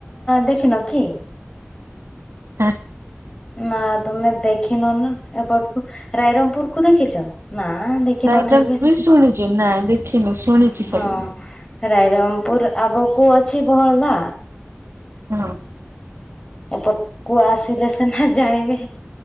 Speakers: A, on the left (about 20°); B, on the right (about 65°).
A: ଦେଖିନ କି?
B: ଆ।
A: ନା ତୁମେ ଦେଖିନ ନା ଏପଟକୁ, ରାଇରଙ୍ଗପୁରକୁ ଦେଖିଛ? ନା ଦେଖ
B: ଡାଇଗ୍ରାମ
A: ନଥିବି,
B: ଟ୍ରି ଶୁଣିଛୁ ନାଇଁ ଦେଖିନୁ ଶୁଣିଛି
A: ହୁଁ
B: ଖାଲି।
A: ହଁ ଆ ରାଇରଙ୍ଗପୁର, ଆଗକୁ ଅଛି ବହଳଦା।
B: ହଁ।
A: ଏପଟକୁୁ ଆସିଲେ ସିନା ଜାଣିବେ